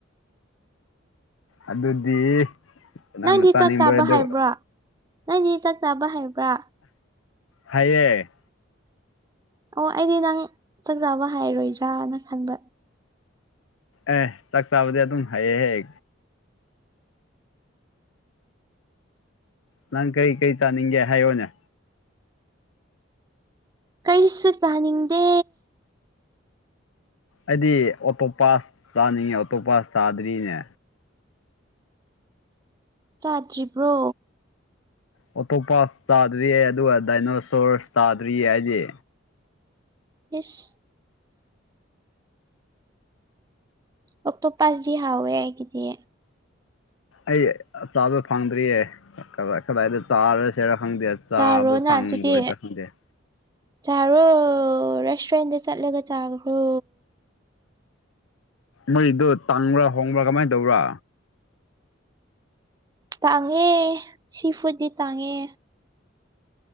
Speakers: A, on the left; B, on the right.
A: ꯑꯗꯨꯗꯤ ꯅꯪꯅ
B: ꯅꯪꯗꯤ
A: ꯆꯥꯅꯤꯡꯕ
B: ꯆꯥꯛ ꯆꯥꯕ
A: ꯑꯗꯨ
B: ꯍꯥꯏꯕ꯭ꯔꯥ ꯅꯪꯗꯤ ꯆꯥꯛ ꯆꯥꯕ ꯍꯥꯏꯕ꯭ꯔꯥ
A: ꯍꯩꯌꯦ
B: ꯑꯣ ꯑꯩꯗꯤ ꯅꯪ ꯆꯥꯛ ꯆꯥꯕ ꯍꯥꯏꯔꯣꯏꯗ꯭ꯔꯥꯅ ꯈꯟꯕ
A: ꯑꯦ ꯆꯥꯛ ꯆꯥꯕꯗꯤ ꯑꯗꯨꯝ ꯍꯩꯑꯦ ꯅꯪ ꯀꯔꯤ ꯀꯔꯤ ꯆꯥꯅꯤꯡꯒꯦ ꯍꯥꯏꯌꯣꯅꯦ
B: ꯀꯔꯤꯁꯨ ꯆꯥꯅꯤꯡꯗꯦ
A: ꯑꯩꯗꯤ ꯑꯣꯇꯣꯞ ꯄꯥꯁ ꯆꯥꯅꯤꯡꯉꯦ ꯑꯣꯇꯣꯞ ꯄꯥꯁ ꯆꯥꯗ꯭ꯔꯤꯅꯦ
B: ꯆꯥꯗ꯭ꯔꯤꯕ꯭ꯔꯣ
A: ꯑꯣꯇꯣꯞ ꯄꯥꯁ ꯇꯥꯗ꯭ꯔꯤꯌꯦ ꯑꯗꯨꯒ ꯗꯥꯏꯅꯣꯁꯣ꯭ꯔꯁ ꯆꯥꯗ꯭ꯔꯤꯌꯦ ꯍꯥꯏꯗꯤ
B: ꯏꯁ ꯑꯣꯛꯇꯣ ꯄꯥꯁꯗꯤ ꯍꯥꯎꯋꯦ ꯑꯩꯗꯤ
A: ꯑꯩ ꯆꯥꯕ ꯐꯪꯗ꯭ꯔꯤꯌꯦ ꯀꯗꯥꯏ ꯀꯗꯥꯏꯗ ꯆꯥꯔꯁꯦꯔ ꯈꯪꯗꯦ ꯆꯥꯕ
B: ꯆꯥꯔꯣꯅ
A: ꯐꯪꯏꯗꯣꯏ
B: ꯑꯗꯨꯗꯤ
A: ꯈꯪꯗꯦ
B: ꯆꯥꯔꯣ ꯔꯦꯁꯇꯨꯔꯦꯟꯗ ꯆꯠꯂꯒ ꯆꯥꯈ꯭ꯔꯣ
A: ꯃꯣꯏꯗꯣ ꯇꯥꯡꯕ꯭ꯔꯥ ꯍꯣꯡꯕ꯭ꯔꯥ ꯀꯃꯥꯏ ꯇꯧꯕ꯭ꯔꯥ
B: ꯇꯥꯡꯉꯦ ꯁꯤꯐꯨꯠꯇꯤ ꯇꯥꯡꯉꯦ